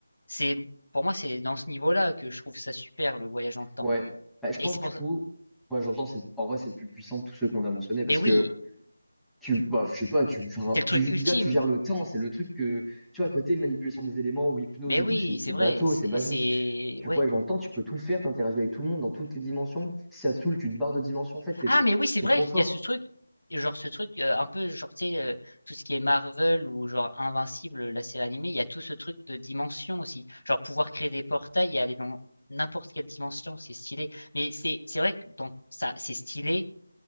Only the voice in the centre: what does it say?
Ouais. Bah, je
pense,
du
coup, moi, j'entends, c'est, en vrai, c'est le plus puissant de tous ceux qu'on a mentionnés parce
que tu, bah, je sais pas, tu, enfin,
tu-
déjà, tu gères le temps, c'est le truc que, tu vois, à côté, manipulation des éléments ou hypnose
et tout, c'est, c'est
bateau,
c'est basique.
Tu
vois, j'entends, tu peux tout faire, t'interagis avec tout le monde dans toutes les dimensions. Si ça te saoule, tu te barres de dimension. En fait, t'es,
t'es
trop
fort.